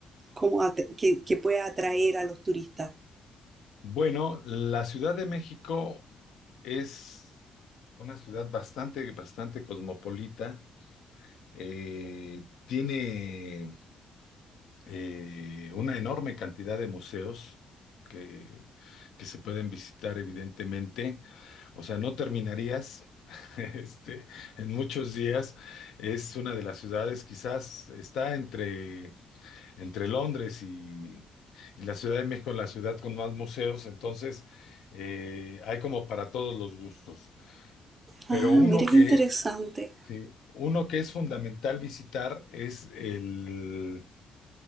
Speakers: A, on the right; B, on the left.
A: como at- que, que pueda atraer a los turistas?
B: Bueno, la Ciudad de México es una ciudad bastante, bastante cosmopolita. Eh, tiene eh, una enorme cantidad de museos que, que se pueden visitar, evidentemente. O sea, no terminarías <laughs> este, en muchos días. Es una de las ciudades, quizás está entre, entre Londres y, y la Ciudad de México, la ciudad con más museos. Entonces, eh, hay como para todos los gustos. Pero
A: Ah,
B: uno
A: mira
B: que,
A: qué interesante.
B: que- uno que es fundamental visitar es el